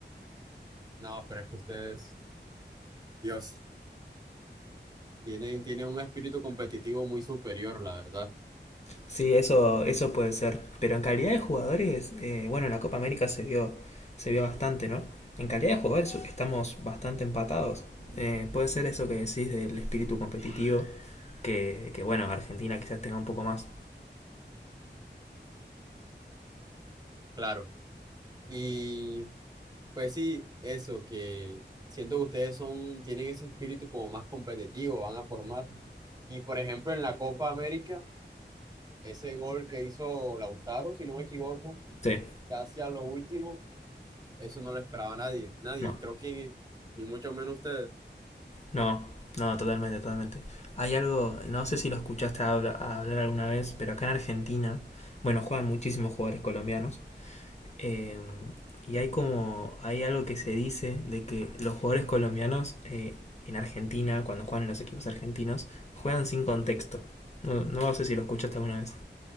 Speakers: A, on the right (about 20°); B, on the left (about 35°).
A: no, pero es que ustedes, Dios, tienen, tienen un espíritu competitivo muy superior, la verdad.
B: Sí, eso, eso puede ser. Pero en calidad de jugadores, eh, bueno, en la Copa América se vio, se vio bastante, ¿no? En calidad de jugadores estamos bastante empatados. Eh, puede ser eso que decís del espíritu competitivo, que, que bueno, Argentina quizás tenga un poco más.
A: Claro. Y pues sí, eso, que siento que ustedes son, tienen ese espíritu como más competitivo, van a formar. Y por ejemplo, en la Copa América, ese gol que hizo Lautaro, si no me equivoco,
B: Sí,
A: casi a lo último, eso no lo esperaba nadie, nadie,
B: no,
A: creo que ni mucho menos ustedes.
B: no, no, totalmente, totalmente. Hay algo, no sé si lo escuchaste habla- hablar alguna vez, pero acá en Argentina, bueno, juegan muchísimos jugadores colombianos. eh, y hay como, hay algo que se dice de que los jugadores colombianos eh, en Argentina, cuando juegan en los equipos argentinos, juegan sin contexto. No, no sé si lo escuchaste alguna vez.